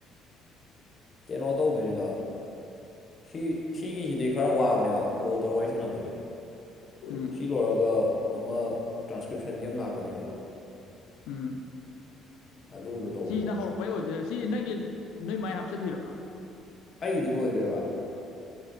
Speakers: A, on the left; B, on the left.
A: ꯀꯩꯅꯣ ꯇꯧꯗꯣꯏꯅꯤꯗ ꯁꯤ ꯁꯤꯒꯤꯁꯤꯗꯤ ꯈꯔ ꯋꯥꯕꯅꯦꯕ ꯀꯣꯜ ꯇꯧꯔꯒ ꯋꯥꯔꯤ ꯁꯥꯟꯅꯕꯁꯦ
B: ꯎꯝ
A: ꯁꯤ ꯂꯣꯏꯔꯒ ꯑꯃ ꯇ꯭ꯔꯥꯟꯁꯀ꯭ꯔꯤꯞꯁꯟꯒꯤ ꯑꯃ ꯂꯥꯛꯀꯅꯦꯕ
B: ꯎꯝ
A: ꯑꯗꯨꯗꯣ ꯇꯧꯗꯣꯏꯕ
B: ꯁꯤꯁꯤꯅ ꯍꯧꯔꯛꯄꯩ ꯑꯣꯏꯗꯣꯏꯔꯥ ꯁꯤꯁꯤ ꯅꯪꯒꯤ ꯅꯣꯏ ꯃꯥꯏ ꯍꯥꯞꯆꯤꯜꯂꯤꯔꯣ
A: ꯑꯩꯒꯤꯗꯤ ꯂꯣꯏꯈ꯭ꯔꯦꯕ